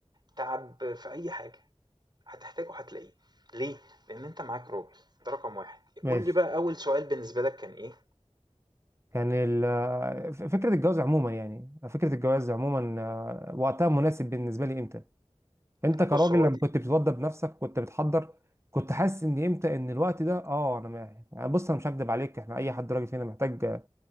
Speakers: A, on the right (about 40°); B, on the right (about 25°).
A: تعب في اي حاجه هتحتاجه هتلاقيه ليه؟ لأن أنت معاك راجل ده رقم واحد
B: ماشي
A: قول لي بقى أول سؤال بالنسبة لك كان إيه؟
B: كان ال آه، ف- فكرة الجواز عموما يعني فكرة الجواز عموما آه، وقتها مناسب بالنسبة لي امتى انت كراجل
A: بص هو
B: لما
A: دي
B: كنت بتتوضى بنفسك كنت بتحضر كنت حاسس ان امتى ان الوقت ده اه انا ما يعني بص انا مش هكدب عليك احنا اي حد راجل فينا محتاج